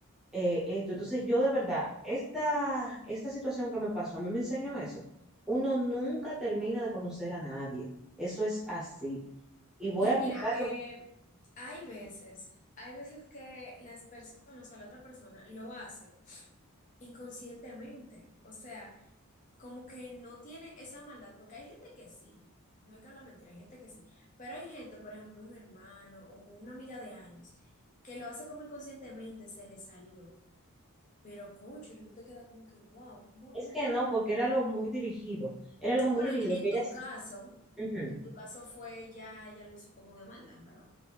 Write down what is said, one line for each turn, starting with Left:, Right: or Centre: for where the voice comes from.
Centre: eh, esto, entonces yo de verdad, esta, esta situación que me pasó, a mí me enseñó eso, uno nunca termina de conocer a nadie, eso es así. Y voy
Left: Y
Centre: a
Left: mira
Centre: aplicarlo
Left: que hay veces, hay veces que las personas o sea, la otra persona lo hace inconscientemente. O sea, como que no tiene esa maldad, porque hay gente que sí, no hay que hablar mentira, hay gente que sí, pero hay gente, por ejemplo, un hermano o una amiga de años, que lo hace como inconscientemente, se le salió. Pero, concho, tú te quedas como que, wow, ¿cómo
Centre: Es
Left: tú?
Centre: que no, porque era algo muy dirigido, era algo muy
Left: Bueno,
Centre: dirigido,
Left: en, en
Centre: que ellas,
Left: tu caso,
Centre: ujú,
Left: en tu caso fue ya, ya lo hizo como de maldad, en verdad.